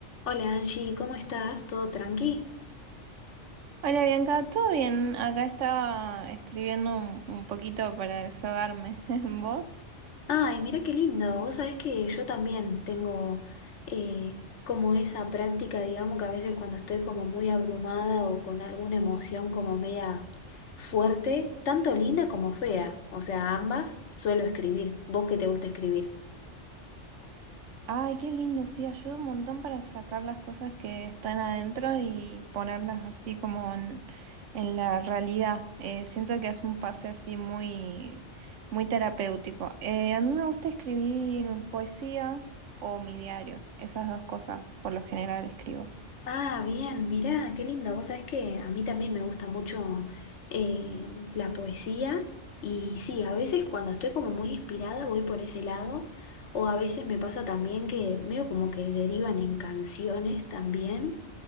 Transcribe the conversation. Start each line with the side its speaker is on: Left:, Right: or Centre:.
Left: Hola Angie, ¿cómo estás? ¿Todo tranqui?
Right: Hola Bianca, ¿todo bien? Acá estaba escribiendo un, un poquito para desahogarme. <laughs> ¿Vos?
Left: Ay, mira qué lindo. Vos sabés que yo también tengo eh, como esa práctica, digamos que a veces cuando estoy como muy abrumada o con alguna emoción como media fuerte, tanto linda como fea, o sea, ambas suelo escribir. ¿Vos que te gusta escribir?
Right: Ay, qué lindo, sí, ayuda un montón para sacar las cosas que están adentro y ponerlas así como en, en la realidad. Eh, siento que es un pase así muy, muy terapéutico. Eh, a mí me gusta escribir poesía o mi diario, esas dos cosas por lo general escribo.
Left: Ah, bien, mirá, qué lindo. Vos sabés que a mí también me gusta mucho eh, la poesía y sí, a veces cuando estoy como muy inspirada voy por ese lado o a veces me pasa también que veo como que derivan en canciones también